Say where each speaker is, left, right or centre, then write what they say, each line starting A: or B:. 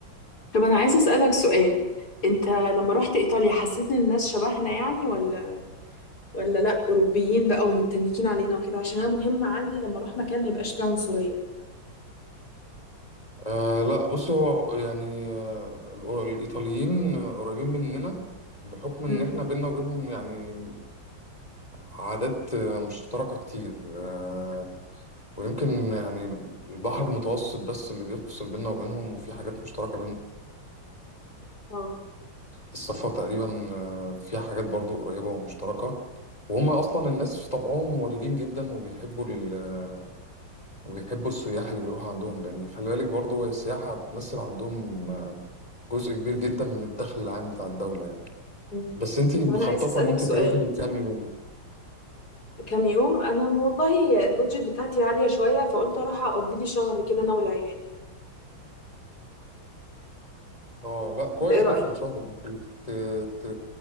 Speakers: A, on the left (about 50°); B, on the left (about 20°).
A: طب أنا عايزة أسألك سؤال أنت لما رحت إيطاليا حسيت إن الناس شبهنا يعني ولا ولا لأ أوروبيين بقى ومتنكين علينا وكده عشان أنا مهم عندي لما أروح مكان ما يبقاش فيه عنصرية
B: آه لا بص هو يعني آه الأور- الإيطاليين قريبين مننا بحكم إن
A: امم
B: إحنا بينا وبينهم يعني عادات آه، مشتركة كتير آه ويمكن يعني البحر المتوسط بس اللي بيفصل بينا وبينهم وفي حاجات مشتركة بين
A: اه
B: الصفا تقريبا آه، فيها حاجات برضو قريبة ومشتركة وهم أصلا الناس في طبعهم ودودين جدا وبيحبوا ال- وبيحبوا السياح اللي بيروحوا عندهم لأن خلي بالك برضو السياحة بتمثل عندهم جزء كبير جدا من الدخل العام بتاع الدولة يعني
A: مم.
B: بس انت مخططة
A: طب أنا عايزة أسألك
B: ان انت
A: سؤال
B: تروحي كام يوم
A: كام يوم أنا والله البودجت بتاعتي عالية شوية فقلت أروح أقضي لي شهر كده أنا والعيال
B: اه لا كويس
A: أنت إيه رأيك؟
B: جدا شهر ده انت ت... ت...